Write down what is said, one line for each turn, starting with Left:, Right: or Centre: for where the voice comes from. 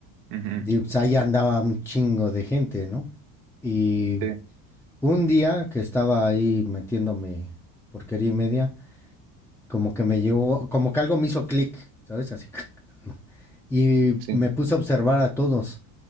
Right: ujú,
Centre: Y pues ahí andaba un chingo de gente, ¿no? Y
Right: sí,
Centre: un día que estaba ahí metiéndome porquería y media, como que me llegó, como que algo me hizo clic, ¿sabes? Así. <clears throat> Y
Right: sí.
Centre: me puse a observar a todos.